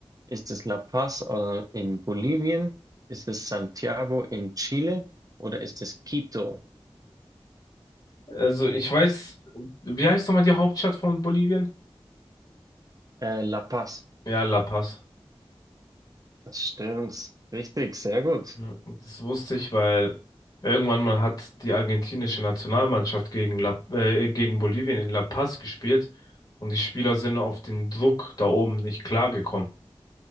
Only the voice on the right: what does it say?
Ist es La Paz, äh, in Bolivien? Ist es Santiago in Chile? Oder ist es Quito,
äh, La Paz?
Das stimmt. Richtig, sehr gut.